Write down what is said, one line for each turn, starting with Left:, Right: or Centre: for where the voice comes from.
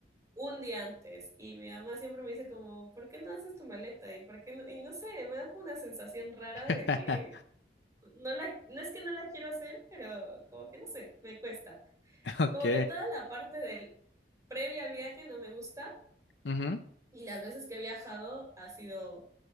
Right: un día antes y mi mamá siempre me dice como, ¿por qué no haces tu maleta? Y por qué no, y no sé, me da como una sensación rara
Left: <laughs>
Right: de que no la, no es que no la quiero hacer, pero como que no sé, me cuesta.
Left: ok,
Right: Como que toda la parte del previa al viaje no me gusta
Left: ujú.
Right: y las veces que he viajado ha sido